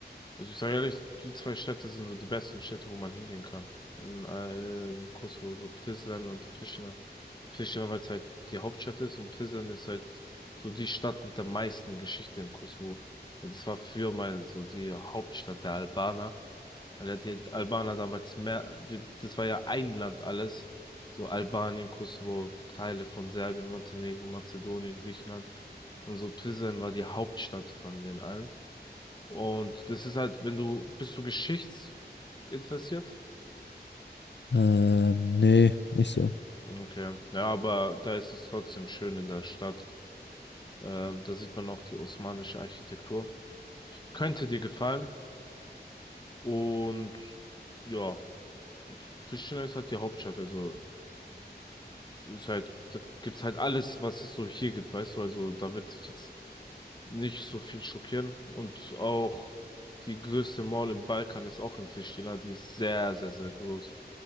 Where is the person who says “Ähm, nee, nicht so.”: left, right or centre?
Left